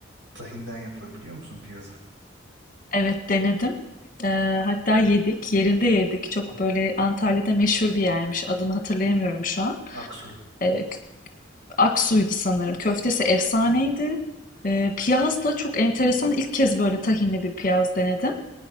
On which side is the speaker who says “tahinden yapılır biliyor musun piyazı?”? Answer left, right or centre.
Right